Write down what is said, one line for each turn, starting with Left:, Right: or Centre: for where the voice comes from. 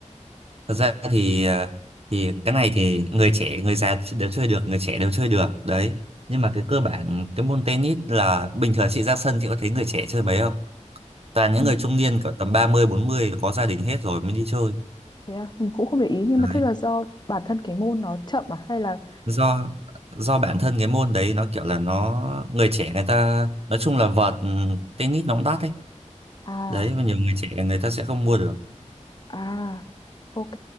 Right: thật ra thì ờ, thì cái này thì người trẻ người già đều chơi được người trẻ đều chơi được đấy nhưng mà cái cơ bản cái môn tennis là bình thường chị ra sân chị có thấy người trẻ chơi mấy không toàn những
Left: Mình,
Right: người trung niên cỡ tầm ba mươi bốn mươi có gia đình hết rồi mới đi chơi
Left: thế à? Mình cũng không để ý. Nhưng
Right: Đấy.
Left: mà thế là do bản thân cái môn nó chậm à? Hay là...
Right: do do bản thân cái môn đấy nó kiểu là nó người trẻ người ta nói chung là vợt ừ, tennis nó cũng đắt ấy
Left: À,
Right: đấy và nhiều người trẻ người ta sẽ không mua được
Left: À, ok.